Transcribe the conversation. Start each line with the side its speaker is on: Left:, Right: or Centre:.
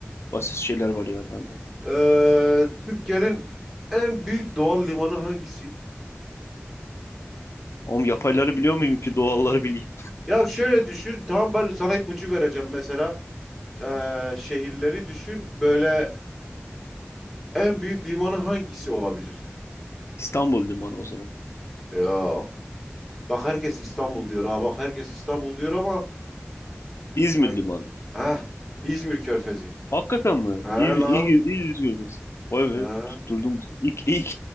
Left: Basit şeyler var ya bende.
Centre: Ee, Türkiye'nin en büyük doğal limanı hangisi?
Left: Ama yapayları biliyor muyum ki doğalları bileyim?
Centre: Ya şöyle düşün. Tamam ben sana ipucu vereceğim mesela. Ee, şehirleri düşün. Böyle En büyük limanı hangisi olabilir?
Left: İstanbul Limanı o zaman.
Centre: Yok. Bak herkes İstanbul diyor ha. Bak herkes İstanbul diyor ama
Left: İzmir
Centre: Söyle.
Left: Limanı.
Centre: Heh, İzmir Körfezi.
Left: Hakikaten mi?
Centre: He lan.
Left: İyi, iyi, iyi izliyoruz. Vay be
Centre: He.
Left: tutturdum. bu sefer. İlk, ilk,